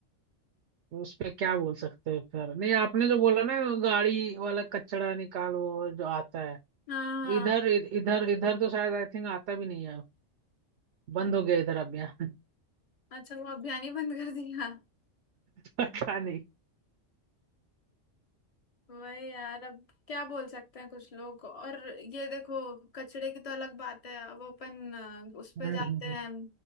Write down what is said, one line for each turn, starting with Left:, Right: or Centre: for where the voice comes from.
Right: उस पे क्या बोल सकते हैं फिर नहीं आपने जो बोला ना गाड़ी वाला कचड़ा निकाल वो जो आता है
Left: हाँ हाँ
Right: इधर इ- इधर इधर तो शायद आई थिंक आता भी नहीं है बंद
Left: अ-
Right: हो गया इधर अब यहाँ <laughs>
Left: अच्छा वो अभियान ही बंद कर दिया
Right: पता नहीं
Left: वही यार अब क्या बोल सकते हैं कुछ लोग और ये देखो कचड़े की तो अलग बात है अब अपन अ, उस
Right: हम्म।
Left: पे जाते हैं